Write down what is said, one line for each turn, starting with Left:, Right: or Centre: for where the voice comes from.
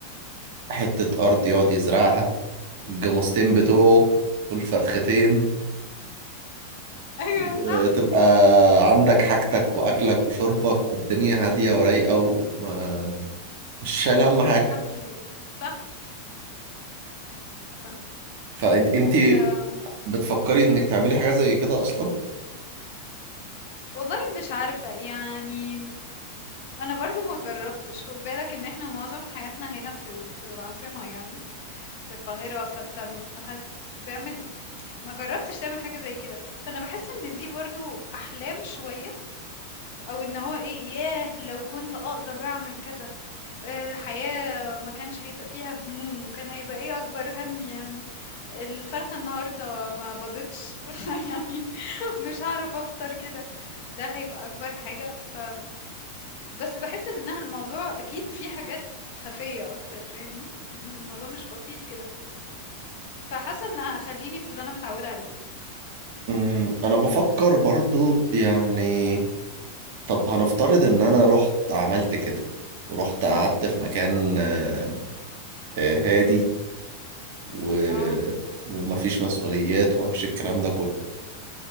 Right: حتة أرض يقعد يزرعها والجاموستين بتوعه والفرختين
Left: أيوه
Right: وتبقى
Left: صح
Right: عندك حاجتك وأكلك وشربك والدنيا هادية ورايقة وما مش شايل هم حاجة
Left: ده محدش بي... صح صح
Right: فانت انتي
Left: أم.
Right: بتفكري انك تعملي حاجة زي كده أصلا
Left: والله مش عارفة يعني أنا برضو ما جربتش خد بالك إن احنا معظم حياتنا هنا في ال- في العاصمة يعني في القاهرة فانت م- هتعمل ما جربتش تعمل حاجة زي كده فانا بحس ان دي برضو احلام شوية او ان هو ايه ياه لو كنت اقدر اعمل كذا الحياة ما كانش هيبقى فيها هموم وكان هيبقى ايه اكبر هم يعني الفرخة النهاردة ما بضتش <laughs> يعني مش هعرف افطر كده ده هيبقى اكبر حاجة ف بس بحس انها الموضوع اكيد فيه حاجات خفية اكتر فاهمني الموضوع مش بسيط كده فحاسه ان هخليني في اللي انا متعوده عليه
Right: أمم، أنا بفكر برضو يعني طب هنفترض ان انا رحت عملت كده ورحت
Left: امم
Right: قعدت في مكان آه، آه، هادي و...
Left: اه
Right: ومفيش مسؤوليات ومفيش الكلام ده كله